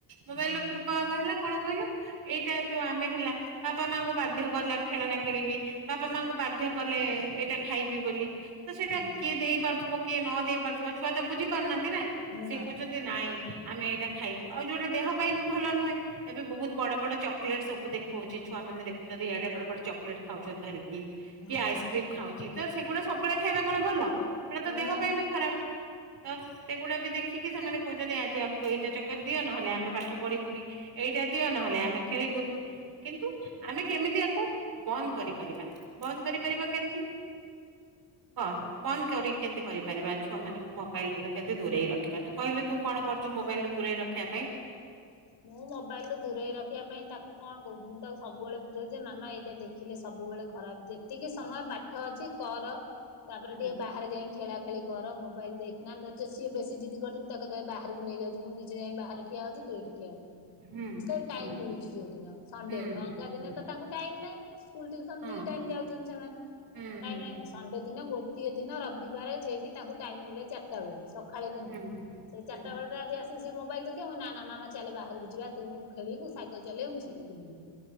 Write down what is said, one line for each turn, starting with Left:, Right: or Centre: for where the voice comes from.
Left: ହୁଁ
Right: ମୋବାଇଲ ର କୃପ୍ରଭାବ ହେଲା। କଣ କହିଲୁ ଏଇଟା ଯୋଉ ଆମେ ହେଲା ବାପା ମାଙ୍କୁ ବାଧ୍ୟ କଲା ଖେଳନା କିଣିବି ବାପା ମାଙ୍କୁ ବାଧ୍ୟ କଲେ ଏଇଟା ଖାଇବି ବୋଲି ତ ସେଇଟା
Left: ହୁଁ
Right: କିଏ ଦେଇ କୁହ କିଏ ନ ଦେଇ ପାରୁଥିବ ଛୁଆ ତ ବୁଝି ପାରୁନାହାନ୍ତି ନା ସେ
Left: ନା
Right: କହୁଛନ୍ତି ନାଇଁ ଆମେ ଏଇଟା ଖାଇବୁ ଆଉ ଯୋଉଟା ଦେହ ପାଇଁ ବି ଭଲ ନୁହେଁ ଏବେ ବହୁତ ବଡ ବଡ ଚକଲେଟ୍ ସବୁ ଦେଖଉଛି ଛୁଆ ମାନେ ଦେଖୁଛନ୍ତି ଇଆଡେ ବଡ ଚକଲେଟ ଖାଉଛନ୍ତି ଧରିକି। କି
Left: ହଁ
Right: କିଏ ଆଇସ୍କ୍ରିମ ଖାଉଛି ତ ସେଗୁଡା ସବୁବେଳେ ଖାଇବା କଣ ଭଲ? ସେଇଟା ତ ଦେହ
Left: ନା
Right: ପାଇଁ ବି ଖରାପ ତ ସେଗୁଡା ବି ଦେଖ ଦେଖିକି ସେମାନେ କହୁଛନ୍ତି ଆଜି ଆମକୁ ଏଇଟା ଚକେଟ ଦିଅ ନହେଲେ ଆମେ ପାଠ ପଢିବୁନି। ଏଇଟା, ଦିଅ ନହେଲେ ଆମେ ଖେଳିବୁନୁ। କିନ୍ତୁ ଆମେ କେମିତି ଆକୁ ବନ୍ଦ କରିପାରିବା ବନ୍ଦ କରିପାରିବା କେମିତି? କ ବନ୍ଦ କରିବି କେମିତି କହିବେ? ପାରିବା ଛୁଆମାନଙ୍କୁ ମୋବାଇଲ ରୁ କେମିତି ଦୂରେଇ ରଖିବା ତୁ କହିଲୁ ତୁ କଣ କରୁ ମୋବାଇଲ ରୁ ଦୂରେଇ ରଖିବା ପାଇଁ।
Left: ମୁଁ ମୋବାଇଲ ରୁ ଦୂରେଇ ରଖିବା ପାଇଁ ତାକୁ କଣ କହୁଛି ମୁଁ ତାକୁ ସବୁବେଳେ ବୁଝାଉଛି। ଯେ ମାମା ଏଇଟା ଦେଖିଲେ ସବୁବେଳେ ଖରାପ ଯେତିକି ସମୟ ପାଠ ଅଛି କର। ତାପରେ
Right: ହୁଁ
Left: ଟିକେ ବାହାରେ ଯାଇ ଖେଳା ଖେଳି କର ମୋବାଇଲ ଦେଖନା ତା ସିଏ ବେଶି କର - ମୁଁ ତାକୁ କେତେବେଳେ ବାହାରକୁ ନେଇ ଯାଉଛି ମୁଁ ନିଜେ ଯାଇ ବାହରେ ଠିଆ ହଉଛି ତୁ ଏଇଠି ଖେଳେ।
Right: ହୁଁ
Left: ଯେତେବେଳେ ଟାଇମ
Right: ହୁଁ
Left: ମିଳୁଛି ଯୋଉ ଦିନ ସଣ୍ଡେ
Right: ହୁଁ
Left: ରେ ଅଲଗା ଦିନେ
Right: ହୁଁ
Left: ତ ତାଙ୍କୁ ଟାଇମ ନାହିଁ। ସ୍କୁଲ ଟିଉସନ
Right: ହଁ
Left: ଦି ଟାଇ ଯାଉଛନ୍ତି। ସେମାନେ
Right: ହୁଁ
Left: ତାହେଲେ
Right: ହୁଁ ହୁଁ।
Left: ସଣ୍ଡେ ଦିନ ଗୋଟିଏ ଦିନ ରବିବାର ଯିଏକି ତାଙ୍କୁ ଟାଇମ୍ ମିଳେ ଚାରିଟା ବେଳେ ସକ୍ ଖେଳେ ବି
Right: ହୁଁ
Left: ନାହିଁ
Right: ହୁଁ
Left: ସେ
Right: ହୁଁ
Left: ଚାରଟାବେଳେରୁ ଆଜିଠୁ ଆସିକି ମୋବାଇଲ ଦେଖିବ ନା ନା ମାମା ଚାଲେ ବାହାରକୁ ଯିବା ତୁ ଖେଳିବୁ ସାଇକେଲ ଚଲେଇବୁ ମୁଁ ସେଇଠି ବୁଲିବି।